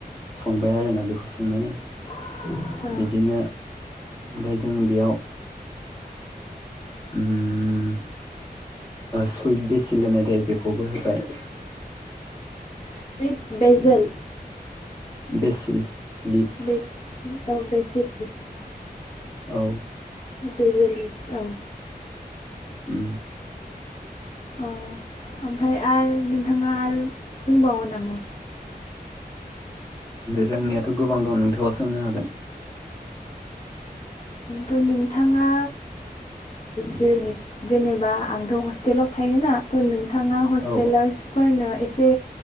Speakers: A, on the left; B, on the left.
A: संबाय आरोना बेखौ संनानै
B: <unintelligible>
A: बिदिनो ओमफाय जों बेयाव <unintelligible> सुइट बेसिल होननाय थायो बेखौबो होबाय
B: सुइत बेजोल
A: बेसिल लिभस
B: बेसिल औ बेसिल लिभस
A: औ
B: बेजोलिभस औ
A: उ
B: औ ओमफ्राय आरो नोंथाङा आरो रोंबावो नामा
A: रोंनायाथ' गोबां दं नोंथाङा सोंनो हागोन
B: दा नोंथाङा जेनि जेनेबा आंथ' हस्टेलाव थायोना थ' नोंथाङा हस्टेलार्सफोरनो
A: औ
B: एसे